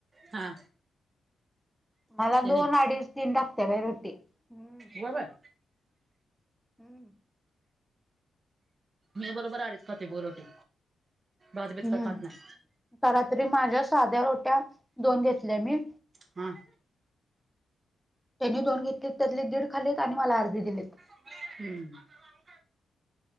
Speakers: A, on the right (about 30°); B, in the centre.
A: हा.
B: मला
A: ते
B: दोन,
A: नाही
B: अडीच, तीन लागत्या बाई रोटी. हम्म
A: बरायं.
B: हम्म.
A: मी बरोबर आडीच खाते बघ रोटी, भात बीत
B: हम्म.
A: काय खात नाही.
B: रात्री माझ्या, साध्या रोट्या दोन घेतल्या मी.
A: हम.
B: त्यांनी दोन घेतलीत, त्यातले दीड खाल्लीत आणि मला अर्धी दिलीत.
A: हम्.